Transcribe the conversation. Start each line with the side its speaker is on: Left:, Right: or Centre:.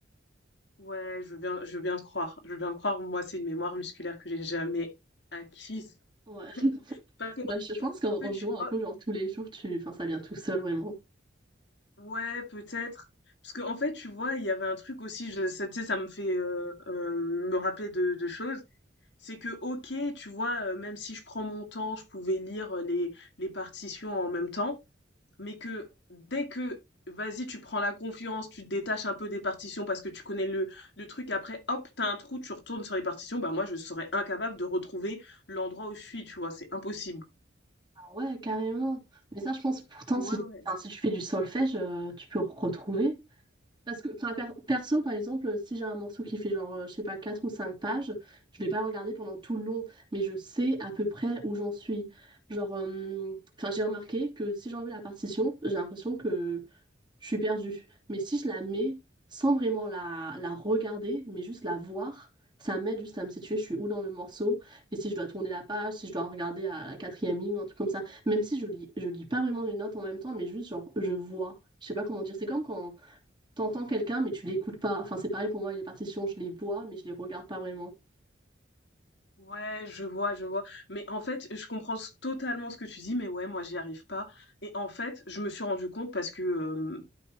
Left: Ouais, je veux bien, je veux bien te croire. Je veux bien te croire. Moi, c'est une mémoire musculaire que j'ai jamais acquise.
Right: Ouais.
Left: <laughs>
Right: <laughs>
Left: Parce que,
Right: Bah, je je pense qu'en
Left: en fait,
Right: en
Left: tu
Right: jouant
Left: vois,
Right: un peu, genre, tous les jours, tu... enfin, ça vient tout seul, vraiment.
Left: ouais, peut-être. Parce que, en fait, tu vois, il y avait un truc aussi, je, ça, tu sais, ça me fait euh, euh, me rappeler de, de choses. C'est que, ok, tu vois, euh, même si je prends mon temps, je pouvais lire euh, les, les partitions en même temps. mais que dès que vas-y, tu prends la confiance, tu te détaches un peu des partitions parce que tu connais le, le truc, après hop, t'as un trou, tu retournes sur les partitions, bah moi je serais incapable de retrouver l'endroit où je suis, tu vois, c'est impossible.
Right: Ah Ouais, carrément. Mais ça, je pense pourtant,
Left: Ouais,
Right: si,
Left: ouais.
Right: enfin, si tu fais du solfège, euh, tu peux retrouver. Parce que, enfin, per- perso, par exemple, si j'ai un morceau qui fait genre, euh, je sais pas, 4 ou 5 pages, je vais pas le regarder pendant tout le long, mais je sais à peu près où j'en suis. Genre, euh, enfin, j'ai remarqué que si j'enlève la partition, j'ai l'impression que je suis perdue. Mais si je la mets sans vraiment la, la regarder, mais juste la voir, ça m'aide juste à me situer, je suis où dans le morceau, et si je dois tourner la page, si je dois regarder à la quatrième ligne, un truc comme ça. Même si je lis, je lis pas vraiment les notes en même temps, mais juste genre, je vois. Je sais pas comment dire. C'est comme quand T'entends quelqu'un, mais tu l'écoutes pas. Enfin, c'est pareil pour moi, les partitions, je les vois, mais je les regarde pas vraiment.
Left: Ouais, je vois, je vois. Mais en fait, je comprends s- totalement ce que tu dis, mais ouais, moi, j'y arrive pas. Et en fait, je me suis rendu compte parce que euh,